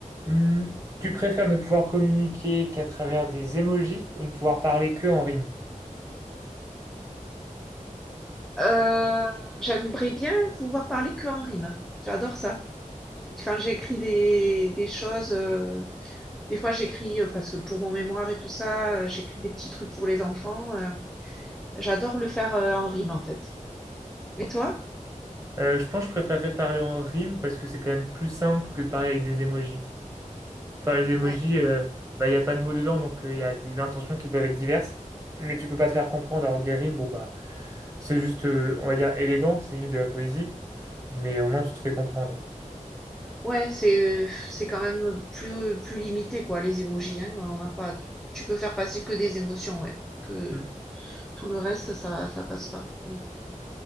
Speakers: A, on the right; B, in the centre.
A: Hmm, tu préfères ne pouvoir communiquer qu'à travers des emojis ou ne pouvoir parler que en rime?
B: Heu, j'aimerais bien pouvoir parler que en rime. J'adore ça. Quand j'écris des des choses, heu, des fois j'écris, heu, parce que pour mon mémoire et tout ça, heu, j'écris des petits trucs pour les enfants, heu, j'adore le faire, heu, en rime, en fait. Et toi?
A: Euh, je pense que je préférerais parler en rime parce que c'est quand même plus simple que de parler avec des emojis. Enfin, les emojis,
B: Ouais.
A: euh, bah, il n'y a pas de mots dedans, donc euh, il y a des intentions qui peuvent être diverses, mais tu peux pas te faire comprendre. Alors que des rimes, bon, bah, c'est juste, euh, on va dire, élégant, c'est limite de la poésie, mais au moins tu te fais comprendre.
B: Ouais, c'est, heu, c'est quand même, plus, plus limité quoi, les émojis, hein, on n'a pas tu tu peux faire passer que des émotions, ouais, que
A: Hmm.
B: tout le reste ça ça passe pas. Mmh.